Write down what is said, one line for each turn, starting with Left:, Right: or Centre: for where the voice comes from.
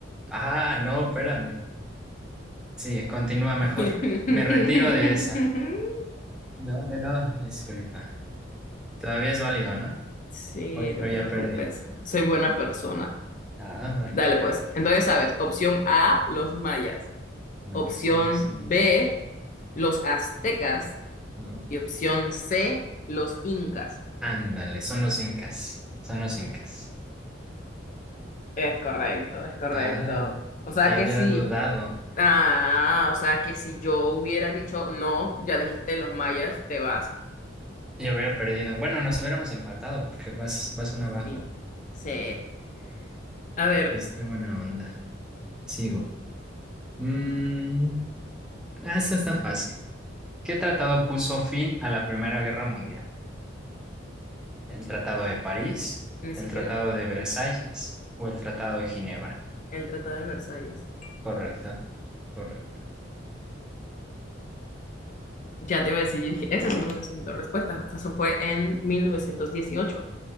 Centre: Ah, no, espérame. Sí, continúa mejor.
Left: <laughs>
Centre: Me retiro de esa. No, no, no, disculpa. Todavía es válido, ¿no?
Left: Sí,
Centre: O, o
Left: no
Centre: ya
Left: te preocupes,
Centre: perdí.
Left: soy buena persona.
Centre: Ah, vale.
Left: Dale, pues, entonces sabes, opción A, los mayas.
Centre: No,
Left: Opción
Centre: son los incas.
Left: B, los aztecas.
Centre: No.
Left: Y opción C, los incas.
Centre: Ándale, son los incas, son los incas.
Left: Es correcto, es correcto.
Centre: Ay,
Left: O sea
Centre: ya
Left: que
Centre: había
Left: sí.
Centre: dudado
Left: Ah, o sea que si yo hubiera dicho no, ya dijiste los mayas, te vas.
Centre: y hubiera perdido. Bueno, nos hubiéramos empatado porque vas, vas un abajo.
Left: Sí, sí. A ver,
Centre: Pues qué buena onda. Sigo. Mm, ah, esta está fácil. ¿Qué tratado puso fin a la Primera Guerra Mundial? ¿El Tratado de París,
Left: ni siquiera
Centre: el Tratado de Versalles o el Tratado de Ginebra?
Left: el Tratado de Versalles.
Centre: Correcto, correcto.
Left: Ya te iba a decir, yo dije, eso sí no necesito respuestas. Hasta eso fue en mil novecientos dieciocho.